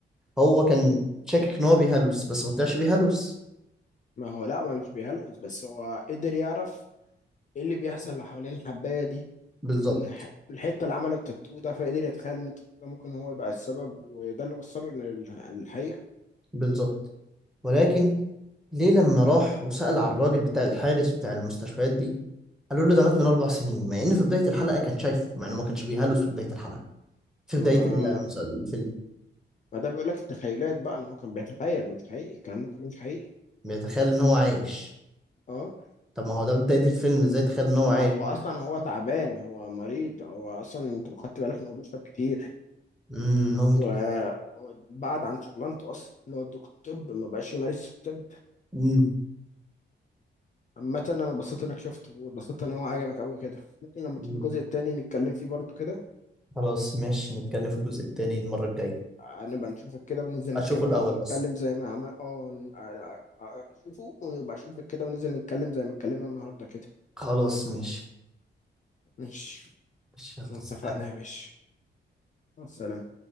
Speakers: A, in the centre; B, on the left.
A: هو كان شاكك إن هو بيهلوس بس ما طلعش بيهلوس
B: ما هو لا ما مش بيهلوس بس هو قدر يعرف ايه اللي بيحصل حوالين الحباية دي
A: بالظبط
B: وان الح- الحتة اللي عمله التاتو ده فقدر يتخيل ان التاتو ده ممكن هو يبقى السبب وده اللي وصله لل- للحقيقة
A: بالظبط ولكن ليه لما راح وسأل على الراجل بتاع الحارس بتاع المستشفيات دي قالوا له ده مات من أربع سنين مع إن في بداية الحلقة كان شايفه مع إنه ما كانش بيهلوس في بداية الحلقة في
B: ما
A: بداية المس- الفيلم
B: ما ده بيقول لك التخيلات بقى ان هو كان بيتخيل مش حقيقي الكلام ده كله مش حقيقي
A: بيتخيل إن هو عايش
B: اه
A: طب ما هو ده بداية الفيلم إزاي تخيل إن هو
B: ما
A: عايش
B: هو اصلا هو تعبان هو مريض هو اصلا انت لو خدت بالك ان هو بيشرب كتير
A: مم، ممكن
B: وبعد عن شغلانته اصلا ان هو دكتور طب ما بقاش يمارس الطب
A: مم.
B: عامة انا اتبسطت انك شفته واتبسطت ان هو عجبك قوي كده ممكن لما تشوف
A: مم.
B: الجزء التاني نتكلم فيه برضو كده
A: خلاص ماشي نتكلم في الجزء التاني المرة الجاية
B: نبقى نشوفك كده وننزل نكمل
A: اشوفه الاول
B: نتكلم
A: بس
B: زي ما عمل اه ن- آه، آه، شوفه ونبقى نشوفك كده وننزل نتكلم زي ما اتكلمنا النهارده كده
A: خلاص ماشي
B: ماشي
A: ماشي يلا
B: اتفقنا
A: سلام.
B: يا باشا مع السلامة